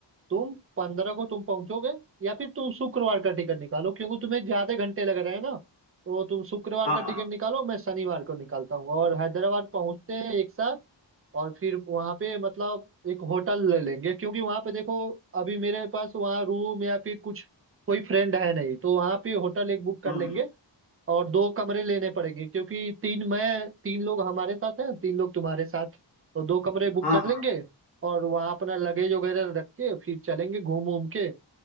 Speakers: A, on the right; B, on the left.
A: तुम पंद्रह को तुम पहुंचोगे या फिर तुम शुक्रवार का टिकट निकालो क्योंकि तुम्हें ज्यादा घंटे लग रहे हैं ना तो तुम शुक्रवार
B: हाँ
A: का टिकट
B: हाँ
A: निकालो मैं शनिवार को निकालता हूँ और हैदराबाद पहुंचते हैं एक साथ और फिर वहां पे मतलब एक होटल ले लेंगे क्योंकि वहां पे देखो अभी मेरे पास वहाँ रूम या फिर कुछ कोई फ्रेंड है नहीं तो वहां पे होटल एक बुक कर
B: हम्म
A: लेंगे और दो कमरे लेने पड़ेंगे क्योंकि तीन मैं तीन लोग हमारे साथ हैं तीन लोग तुम्हारे साथ तो दो कमरे बुक
B: हाँ
A: कर लेंगे
B: हाँ
A: और वहाँ अपना लगेज वगैरह रख के फिर चलेंगे घूम घूम के